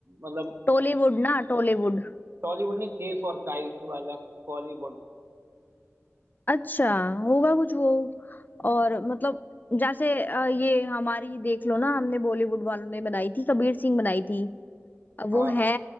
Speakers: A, on the right; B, on the left.
A: मतलब
B: टॉलीवुड ना टॉलीवुड
A: टॉलीवुड ने केफ और काइट वाला कॉलीवुड
B: अच्छा होगा कुछ वो और मतलब जैसे अ, ये हमारी देख लो ना हमने बॉलीवुड वालों ने बनाई थी कबीर सिंह बनाई थी अब वो
A: हाँ
B: है